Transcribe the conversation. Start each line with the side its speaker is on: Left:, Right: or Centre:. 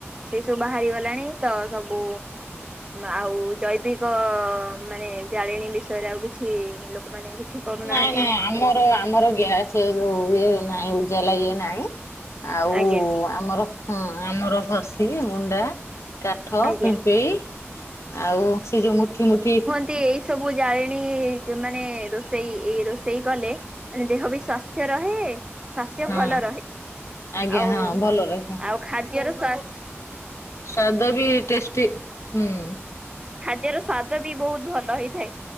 Right: ସେଇ ସବୁ ବାହାରି ଗଲାଣି ତ ସବୁ ଆଉ ଜୈବିକ ମାନେ ଜାଳେଣୀ ବିଷୟରେ ଆଉ କିଛି ଲୋକମାନେ କିଛି କରୁନାହାନ୍ତି
Left: ନାଇଁ ନାଇଁ ଆମର ଆମର ଗ୍ୟାସ ଯୋଉ ଇଏ ନାହିଁ ଉଜାଲା ଇଏ ନାହିଁ। ଆଉ
Right: ଆଜ୍ଞା
Left: ଆମର ହଁ ଆମର ଘସି ଉଣ୍ଡା। କାଠ
Right: ଆଜ୍ଞା।
Left: ପିମ୍ପେଇ ଆଉ ସେ ଯୋଉ ମୁଠି ମୁଠି
Right: ତେ ଏଇ ସବୁ ଜାଳେଣୀ ମାନେ ରୋଷେଇ ଏ ରୋଷେଇ କଲେ ମାନେ ଦେହ ବି ସ୍ଵାସ୍ଥ୍ୟ ରହେ। ସ୍ୱାସ୍ଥ୍ୟ
Left: ହଁ
Right: ଭଲ ରହେ
Left: ଆଜ୍ଞା
Right: ଆଉ
Left: ହଁ ଭଲ ରହେ
Right: ଆଉ ଖାଦ୍ୟର ସ୍ୱ
Left: ସ୍ୱାଦ ବି ଟେଷ୍ଟି ହୁଁ।
Right: ଖାଦ୍ୟର ସ୍ୱାଦ ବି ବହୁତୁ ଭଲ ହୋଇଥାଏ।